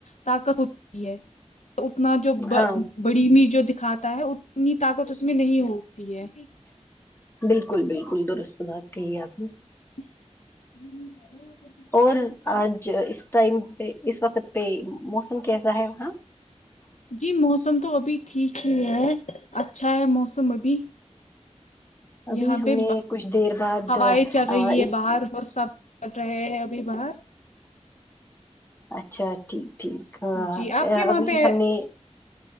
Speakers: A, on the left (about 75°); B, on the left (about 20°).
A: طاقت ہوتی ہے اتنا جو
B: ہاں
A: بڑیمی جو دکھاتا ہے ا ت اتنی طاقت اس میں نہیں ہوتی ہے
B: بالکل بالکل درست بات کہی ہے آپ نے
A: ہ بر
B: اور آج اس ٹائم پہ اس وقت پہ موسم کیسا ہے وہاں
A: جی موسم تو ابھی ٹھیک ہی ہے اچھا ہے موسم ابھی
B: ابھی
A: یہاں
B: ہم
A: پہ
B: نے کچھ دیر بعد
A: ہوائیں چل رہی ہے
B: اس
A: باہر اور سب ہے ہیں ابھی باہر
B: اچھا ٹھیک ٹھیک
A: جی آپ کے
B: ابھی
A: وہاں پہ
B: ہم نے